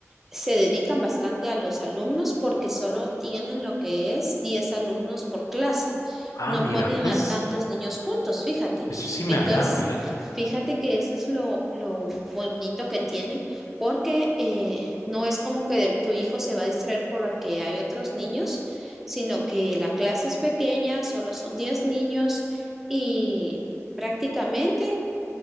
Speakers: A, in the centre; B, on the left.
A: Se dedican bastante a los alumnos porque solo tienen lo que es 10 alumnos por clase.
B: Ah,
A: No
B: mira,
A: ponen
B: pues.
A: a tantos niños juntos, fíjate.
B: Eso sí me
A: Entonces,
B: agrada, fíjate.
A: fíjate que eso es lo, lo bonito que tienen porque eh, no es como que tu hijo se va a distraer porque hay otros niños, sino que la clase es pequeña, solo son 10 niños y prácticamente